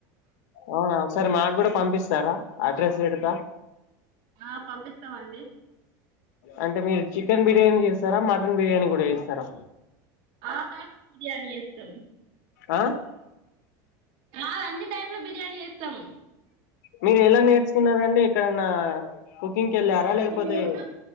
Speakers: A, on the left; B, on the right.
A: అవునా ఒకసారి మాకు కూడా పంపిస్తారా అడ్రస్ పెడత
B: ఆ పంపిస్తామండి
A: అంటే మీరు చికెన్ బిర్యానీ చేస్సరా మటన్ బిర్యానీ కూడా చేస్సరా
B: ఆఫాఫ్ బిర్యానీ వేస్తాం
A: ఆ
B: ఆ అన్ని టైప్ల బిర్యానీ వే స్తం
A: మీరు ఎలా నేర్చుకున్నారండి ఎక్కడన్నా కుకింగ్ కి వెళ్ళారా లేకపోతే
B: మేం యూట్యూబ్